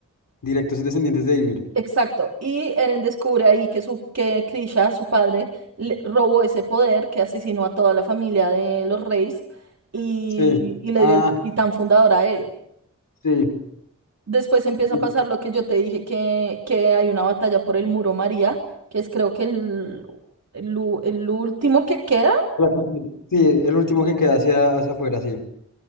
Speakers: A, on the left; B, on the right.
A: directos descendientes de Ymir.
B: Exacto. Y Eren descubre ahí que, su, que Krisha, su padre, le robó ese poder, que asesinó a toda la familia de los reyes y,
A: Sí.
B: y le
A: Ah,
B: dio el titán fundador a él.
A: sí.
B: Después empieza
A: Sí,
B: a pasar lo que yo te dije, que, que hay una batalla por el muro María, que es creo que el, el, u- el último que queda,
A: la cuestión. Sí, el último que queda hacia, hacia afuera, sí.